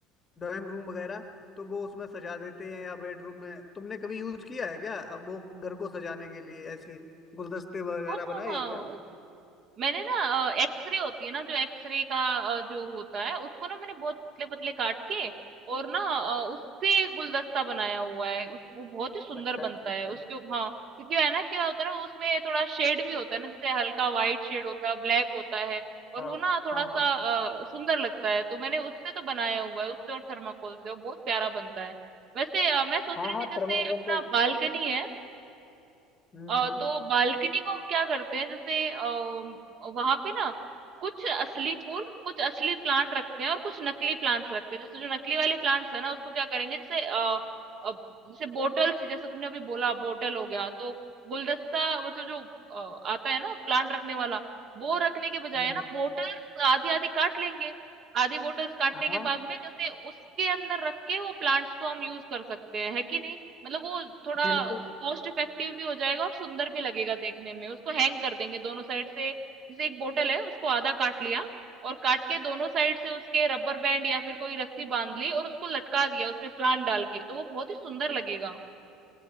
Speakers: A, on the left; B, on the right.
A: ड्राइंग रूम वगैरह तो वो उसमें सजा देते हैं या बेडरूम में तुमने कभी यूज किया है क्या अब वो घर को सजाने के लिए ऐसे गुलदस्ते वगैरह
B: हाँ
A: बनाए
B: हाँ हाँ,
A: हैं क्या
B: मैंने ना अ, एक्सरे होती है ना जो एक्सरे का अ, जो होता है उसको ना मैंने बहुत पतले पतले काट के और ना अ, उससे गुलदस्ता बनाया हुआ है उस वो बहुत ही सुंदर
A: अच्छा अच्छा
B: बनता
A: अच्छा
B: है उसके उप- हाँ क्योंकि है ना क्या होता है ना उसमें थोड़ा शेड भी होता है ना जैसे हल्का व्हाइट शेड होता है ब्लैक होता है और
A: हाँ
B: वो ना थोड़ा
A: हाँ
B: सा
A: हाँ
B: अ, सुंदर लगता है तो मैंने उससे तो बनाया हुआ है उससे और थर्माकोल से वो बहुत प्यारा बनता है वैसे अ, मैं सोच
A: हाँ
B: रही
A: हाँ
B: थी जैसे
A: थर्माकोल
B: अपना
A: का
B: बालकनी है
A: हम्म
B: अ,
A: हम्म
B: तो बालकनी को हम क्या करते हैं जैसे आ, वहां पे ना कुछ असली फूल कुछ असली प्लांट रखते हैं और कुछ नकली प्लांट्स रखते हैं जैसे जो नकली वाले प्लांट्स है ना उसको क्या करेंगे जैसे अ, अ, जैसे बोटल सी जैसे तुमने अभी बोला बोटल हो गया तो गुलदस्ता वो जो जो अ, आता है ना प्लांट रखने वाला वो रखने के बजाय
A: हम्म,
B: है ना बोटल्स आधी आधी काट लेंगे आधी बोटल्स काटने
A: हाँ
B: के बाद में जैसे उसके अंदर रख के वो प्लांट्स को हम यूज कर सकते हैं है कि नहीं मतलब वो थोड़ा
A: बिल्कुल
B: कॉस्ट इफेक्टिव भी हो जाएगा और सुंदर भी लगेगा देखने में उसको हैंग कर देंगे दोनों साइड से जैसे एक बोतल है उसको आधा काट लिया और काट के दोनों साइड से उसके रबर बैंड या फिर कोई रस्सी बांध ली और उसको लटका दिया उसमें प्लांट डाल के तो वो बहुत ही सुंदर लगेगा